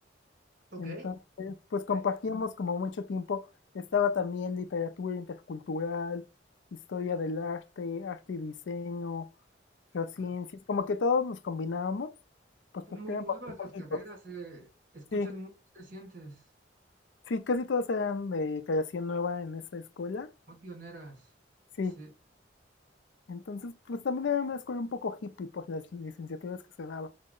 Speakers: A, on the right; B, on the left.
A: Ok.
B: Entonces, pues compartíamos
A: Ok.
B: como mucho tiempo. Estaba también literatura intercultural, historia del arte, arte y diseño, geociencias,
A: Ah,
B: como que todos nos combinábamos, pues
A: son
B: porque
A: muy
B: éramos
A: nuevas
B: muy poquitos.
A: las carreras, se escuchan
B: Sí,
A: muy recientes,
B: sí, casi todos eran de creación nueva en esa escuela.
A: muy pioneras.
B: Sí,
A: Se,
B: entonces, pues también era una escuela un poco hippie por las licenciaturas que se daban.